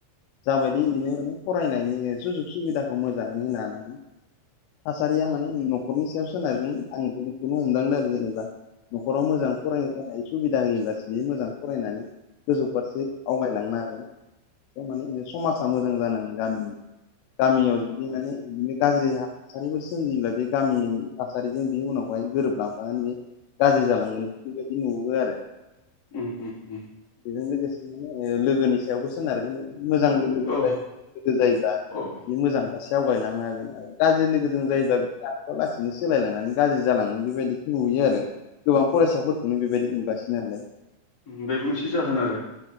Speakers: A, on the left; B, on the left.
A: जाबायदि इजिनो माने फरायनायनि सुजु सुबिदाखौ मोजाङै होनो हानांगोन थासारिया माने न'खरनि सायाव सोनारगोन आं <unintelligible> खौनो हमदांदों आरो जेनेबा न'खराव मोजां फरायनो जानाय सुबिदा होयोब्लासो बियो मोजां फरायनानै गोजौ फारसे आवगायलांनो हागोन। ओ माने ओ समाजा मोजां जानांगोन गामि गामियाव जुदि माने बिदिनो गाज्रि हा थासारिफोर सोमजियोब्ला बे गामि थासारिजों बे उनाव बेवहाय गोरोबलांफानानै बे गाज्रि जालांगोन बेफोरबायदि नुहुरो आरो
B: उम उम उम
A: बेजों लोगोसे माने ओ लोगोनि सायावबो सोनारगोन ओ मोजां लोगोजों
B: औ
A: जाय लोगो जायोब्ला
B: औ
A: बि मोजां फारसे आवगायलांनो हागोन आरो गाज्रि लोगोजों जायोब्ला बिहा ओ लासैनो सोलायलांनानै गाज्रि जालाङो बेबायदि नुयो आरो गोबां फरायसाफोरखौनो बेबायदि नुगासिनो नालाय
B: उम बेबो मोनसे जाहोन आरो